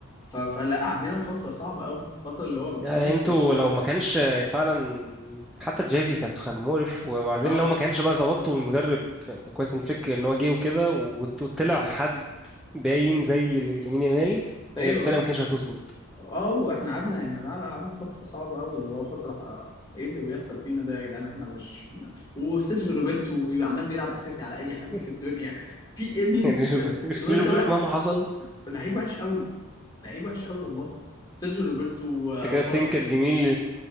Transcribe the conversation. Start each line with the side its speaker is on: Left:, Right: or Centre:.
Left: ف... فلا قعدنا في فتره صعبه قوي فتره اللي هو
Centre: يعني
Left: دي مش
Centre: انتوا
Left: برشلونه
Centre: لو ما كانش فعلا حتى جافي كان خ- مقرف وبعدين
Left: اه
Centre: لو ما كانش بقى ظبطته المدرب كويس إن فليك ان هو جه وكده وت- وطلع حد باين زي ل- لامين يامال
Left: ايوه
Centre: هي الفرقه ما كانتش هتظبط
Left: اه واحنا قعدنا يعني لا لا قعدنا فترة صعبة قوي اللي هو فترة ح- ايه اللي بيحصل فينا ده يا جدعان احنا مش وسيرجيو روبرتو بيبقى عمال بيلعب اساسي على
Centre: <laughs>
Left: اي حد في الدنيا في ايه مين
Centre: يعني
Left: ده
Centre: سيرجيو
Left: الواد ده
Centre: بريت
Left: وقع
Centre: مهما حصل
Left: لعيب وحش قوي لعيب وحش قوي والله سيرجيو روبرتو و-
Centre: انت كده
Left: وخلاص
Centre: بتنكر جميل